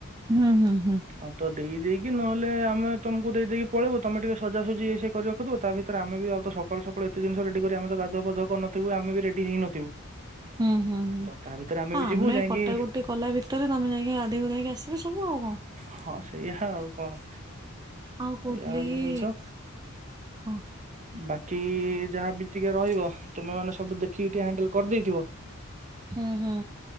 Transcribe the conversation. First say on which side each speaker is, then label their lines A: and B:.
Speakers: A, on the right; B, on the right.
A: ହୁଁ ହୁଁ ହୁଁ
B: ହଉ ତ ଦେଇ ଦେଇକି କି ନହେଲେ ଆମେ ତମକୁ ଦେଇ ଦେଇକି ପଳେଇବୁ ତମେ ଟିକେ ସଜାସଜି ଏଇ ସେ କରି ରଖିିବ ତା ଭିତରେ ଆମେ ଆଉ ସକାଳୁକାଳୁ ଏତେ ଜିନିଷ ରେଡ଼ି କରି ଆମେ ଗାଧୁଆ ପାଧୂଆ କରିନଥିବୁ ଆମେ ବି ରେଡି ହେଇନଥିବୁ।
A: ହୁଁ ହୁଁ ହୁଁ
B: ତ ତା ଭିତରେ
A: ହ
B: ବି ଯିବୁ
A: ଆମେ
B: ଯାଇକି
A: କଟାକଟି କଲା ଭିତରେ ତମେ ଯାଇକ ଗାଧେଇଗୁଧାକି ଆସିବ ସବୁ ଆଉ କଣ
B: ହଁ ସେଇଆ ହଁଉ କଣ?
A: ଆଉ କହୁଥିଲି
B: ଏଇା ହଉଛି
A: କି
B: ଜିନିଷ
A: ହଁ
B: ବାକି ଯାହାବି ଟିକେ ରହିବ ତୁମେମାନେ ସବୁ ଦେଖିକି ଟିକେ ହ୍ୟାଣ୍ଡଲ କରିଦେଇଥିବ।
A: ହଁ ହଁ।